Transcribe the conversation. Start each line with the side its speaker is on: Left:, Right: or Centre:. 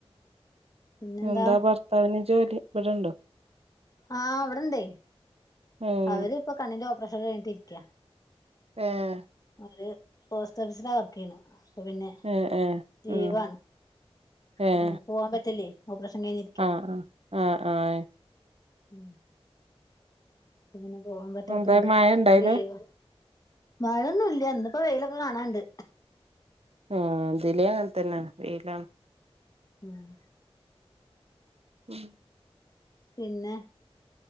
Left: പിന്നെന്താ
Right: എന്താ ഭർത്താവിന് ജോലി ഇവിടെണ്ടോ
Left: ആഹ് ഇവിടെണ്ടേ
Right: ഉം
Left: അവര്പ്പ കണ്ണിന്റെ ഓപ്പറേഷൻ കഴിഞ്ഞിട്ടരിക്ക
Right: ഏഹ്
Left: അവര് പോസ്റ്റ് ഓഫീസിലാ വർക്ക് ചെയ്യണ അപ്പോ പിന്നെ
Right: ഏഹ് ഏഹ്
Left: ലീവാണ്
Right: ഉം ഏഹ്
Left: ഉം പോവാൻ പറ്റില്ലേ ഓപറേഷൻ കഴിഞ്ഞി
Right: ആഹ് ആഹ് ആഹ്
Left: ഉം പിന്നെ പോകാൻ പറ്റാത്തോണ്ട്
Right: എന്താ മഴ ഇണ്ടായിലെ
Left: ലീവാ മഴൊന്നുല്ല ഇന്നിപ്പോ വെയിലൊക്കെ കാണാണ്ട്
Right: ആഹ് ഇതിലെ അങ്ങൻതന്നെയ വെയിലാണ്
Left: ഉം
Right: <unintelligible>
Left: പിന്നെ